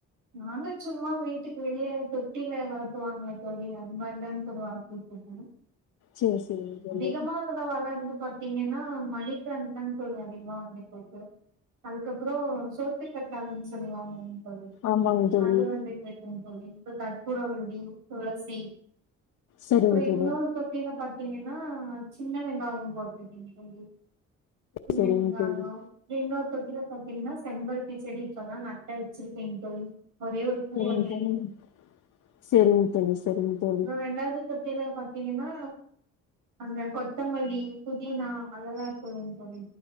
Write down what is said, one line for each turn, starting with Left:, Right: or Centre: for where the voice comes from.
Right: நாங்க சும்மா வீட்டுக்கு வெளியே தொட்டியில வளர்புவாங்கள தோழி அந்த மாதிரிதானே சொ வளர்பு
Left: செரி செரிங் தோழி
Right: அதிகமா அந்தளவுல்ல இரு பாத்தீங்கன்னா மணி பிளாண்ட் தான்ு கோழ அதிகமா வண்ட போட்டு <unintelligible> அதுக்கப்புறம் சோத்து கத்தாலன்னு சொல்லுவாங்கன்னு தோழி
Left: ஆமாங் தோழி
Right: அது வந்து கச்ச தோழி கற்பூரவல்லி துளசி
Left: செரிங்
Right: அப்றோ
Left: தோழி
Right: இன்னொரு தொட்டில பாத் என்னனா சின்ன வெங்காயம் போட்ருக்கீங்க <unintelligible>
Left: செரிங் தோழி
Right: க்கில பாத்தீங்கன்னா செம்பருத்தி செடி இப்பதாம் நட்டா வச்சிருக்கேன் தோழி ஒரே ஒரு பூ
Left: செரிங்
Right: வந்துருக்கு
Left: தோழி செரிங் தோழி செரிங் தோழி
Right: ல பாாரத்தீங்கன்னா அந்த கொத்தமல்லி புதினா அதெல்லாம் இருக்கும்ங்கல்ல தோழி